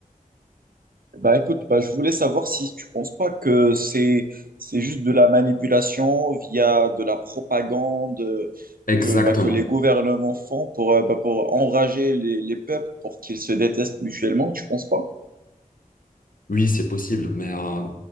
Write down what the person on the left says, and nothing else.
Exactement.
Oui, c'est possible, mais euh,